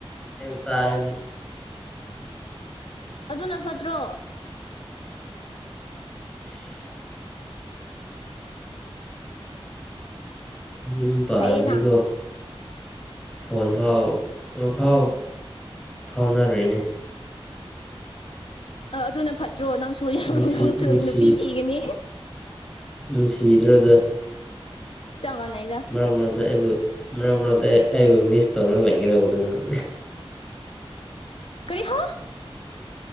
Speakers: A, in the centre; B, on the left.
A: ꯒ꯭ꯌꯥꯟ ꯇꯥꯔꯅꯤ
B: ꯑꯗꯨꯅ ꯐꯠꯇ꯭ꯔꯣ
A: ꯏꯁ ꯌꯨꯝ ꯄꯥꯜꯂꯗꯤꯀꯣ
B: ꯐꯩꯌꯦꯅ
A: ꯐꯣꯟ ꯐꯥꯎ ꯑꯝꯐꯥꯎ ꯐꯥꯎꯅꯔꯣꯏꯅꯦ
B: ꯑ ꯑꯗꯨꯅ ꯐꯠꯇ꯭ꯔꯣ ꯅꯪꯁꯨ
A: ꯅꯨꯡꯁꯤ
B: ꯅꯪꯁꯨ
A: ꯅꯨꯡꯁꯤ
B: ꯅꯨꯄꯤ ꯊꯤꯈꯤꯅꯤ
A: ꯁꯤꯗ꯭ꯔꯗ
B: ꯆꯞ ꯃꯅꯩꯅ
A: ꯃꯔꯛ ꯃꯔꯛꯇ ꯑꯩꯕꯨ ꯃꯔꯛ ꯃꯔꯛꯇ ꯑꯩ ꯑꯩꯕꯨ ꯃꯤꯁ ꯇꯧꯔꯒ ꯂꯩꯒꯗꯨꯕ ꯅꯪ
B: ꯀꯔꯤꯍ